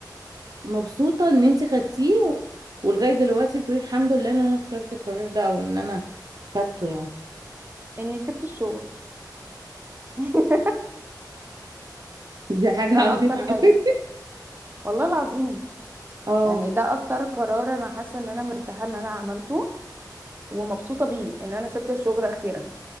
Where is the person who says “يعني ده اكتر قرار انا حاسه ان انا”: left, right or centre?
Right